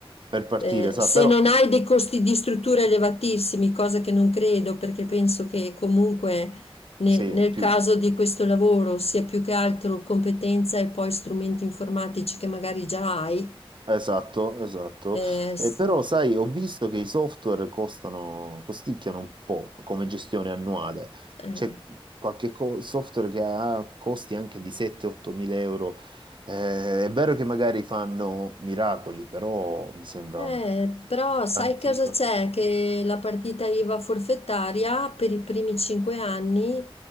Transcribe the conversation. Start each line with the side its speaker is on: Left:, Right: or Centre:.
Right: per partire,
Left: Eh,
Right: sa,
Left: se
Right: però
Left: non hai dei costi di struttura elevatissimi, cosa che non credo, perché penso che comunque ne-
Right: sì,
Left: nel
Right: più
Left: caso di questo lavoro sia più che altro competenza e poi strumenti informatici che magari già hai.
Right: esatto, esatto.
Left: eh, s-
Right: Eh, però, sai, ho visto che i software costano, costicchiano un po' come gestione annuale.
Left: eh.
Right: C'è qualche co- software che ha costi anche di 7-8 mila euro. Eh, è vero che magari fanno miracoli, però mi sembra
Left: Eh,
Right: un
Left: però sai
Right: tantino.
Left: cosa c'è? Che la partita IVA forfettaria per i primi cinque anni